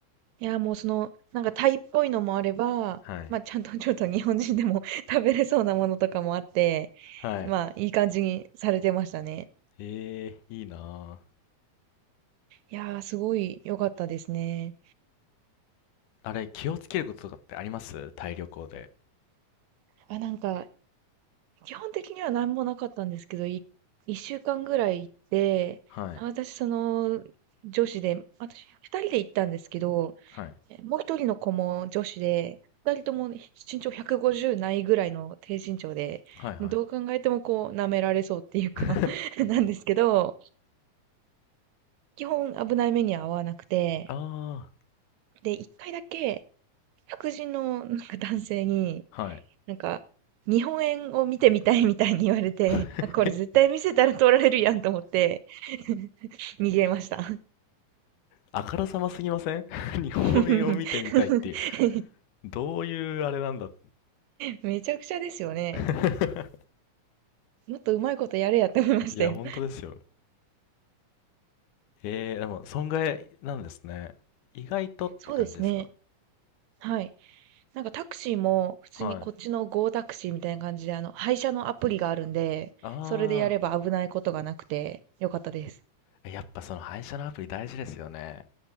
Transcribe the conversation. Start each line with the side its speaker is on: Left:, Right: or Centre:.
Right: いや、もうその、なんかタイっぽいのもあれば、
Left: はい。
Right: まあ、ちゃんとちょっと日本人でも <laughs> 食べれそうなものとかもあって、
Left: はい。
Right: まあ、いい感じにされてましたね。
Left: ええいいなぁ。
Right: いやー、すごい良かったですね。
Left: あれ、気をつけることとかってありますタイ旅行で。
Right: あ、なんか、基本的には何もなかったんですけど、い、1週間ぐらい行って、
Left: はい。
Right: あ私、その、女子で、私、2人で行ったんですけど、
Left: はい。
Right: え、もう一人の子も女子で、二人ともね身長150ないぐらいの低身長で、
Left: はいはい。
Right: もうどう考えてもこう、舐められそうっていうか
Left: <laughs>
Right: <laughs> なんですけど、基本危ない目には遭わなくて、
Left: あ
Right: で、一回だけ、白人のなんか男性に、
Left: あ、はい。
Right: なんか、日本円を見てみたいみたいに言われて、
Left: <laughs>
Right: あこれ絶対見せたら取られるやんと思って、<laughs> 逃げました。
Left: あからさますぎません <laughs> 日本円を見てみたいっていう。
Right: <laughs>
Left: どういうあれなんだ。
Right: めちゃくちゃですよね。
Left: <laughs>
Right: もっとうまいことやれやって思いましたよ。
Left: いや、本当ですよ。ええでも、損害なんですね。意外とって感じですか
Right: そうですね。はい。なんかタクシーも普通にこっちの
Left: はい。
Right: Go タクシーみたいな感じで、あの、配車のアプリがあるんで、
Left: あ
Right: それでやれば危ないことがなくてよかったです。
Left: あ、やっぱその配車のアプリ大事ですよね。